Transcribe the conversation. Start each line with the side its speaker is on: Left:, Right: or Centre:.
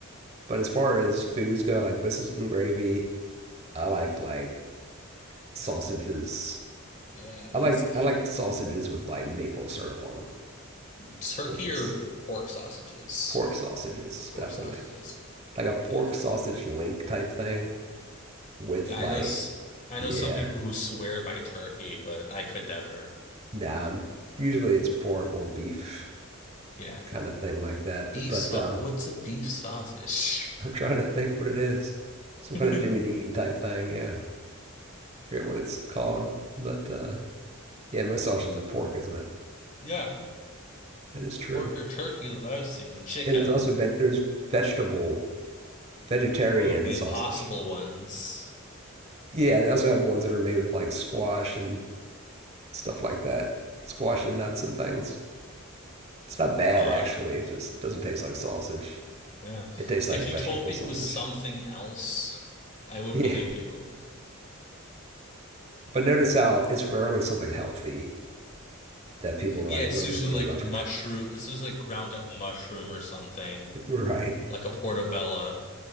Right: But as far as foods go, I like biscuits and gravy. I like like sausages.
Left: Yeah,
Right: I like
Left: that's
Right: I like sausages with like maple syrup on them,
Left: turkey
Right: which is
Left: or pork sausages.
Right: pork sausages,
Left: Pork
Right: definitely.
Left: sausages.
Right: Like a pork
Left: Yeah.
Right: sausage link type thing with
Left: Yeah, I
Right: like
Left: know s- I
Right: yeah.
Left: know some people who swear by turkey, but I could never.
Right: Nah, um, usually it's pork or beef
Left: Yeah.
Right: kind of thing like that.
Left: Beef
Right: But
Left: sau
Right: um,
Left: what's a beef sausage?
Right: I'm trying to think what it is. Some
Left: <laughs>
Right: kind of Jimmy Dean type thing. Yeah, forget what it's called. But uh, yeah, most sausages are pork, isn't it?
Left: Yeah.
Right: It is true.
Left: Pork or turkey that I've seen, or chicken.
Right: And there's also ve there's vegetable vegetarian
Left: Oh, the impossible
Right: sausage.
Left: ones.
Right: Yeah, they also have ones that are made with like squash and stuff like that, squash and nuts and things. It's not bad
Left: Odd.
Right: actually. It just doesn't taste like sausage.
Left: Yeah.
Right: It tastes
Left: If
Right: like
Left: you
Right: vegetable
Left: told me
Right: sausage.
Left: it was something
Right: <laughs>
Left: else, I would
Right: Yeah.
Left: believe you.
Right: But notice how it's rarely something healthy that people are
Left: Yeah,
Right: like
Left: it's
Right: really,
Left: usually
Right: really love.
Left: like mushroom. This is like ground up mushroom or something,
Right: <laughs> right.
Left: like a portobello.